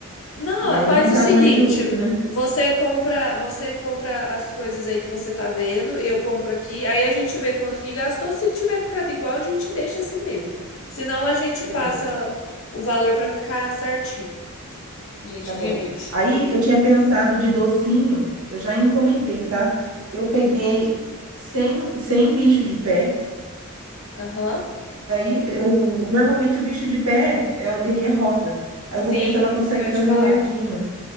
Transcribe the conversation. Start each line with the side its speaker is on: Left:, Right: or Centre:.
Left: Não,
Right: E aí
Left: faz
Right: não tá,
Left: o seguinte:
Right: não é justo, né?
Left: você compra, você compra as coisas aí que você tá vendo, eu compro aqui, aí a gente vê quanto que gastou. Se tiver ficado igual, a gente deixa assim mesmo. Senão a gente
Right: Beleza.
Left: passa o valor pra ficar certinho. A gente
Right: Tá bom.
Left: divide.
Right: Aí eu tinha pensado de docinho, eu já encomendei, tá? Eu
Left: Hum,
Right: peguei 100, 100 bicho de pé.
Left: aham.
Right: Aí eu normalmente o bicho de pé, é- ele é rosa. Aí
Left: Sim,
Right: eu vou ver se ela consegue
Left: isso que eu ia
Right: fazer
Left: te falar.
Right: verdinho.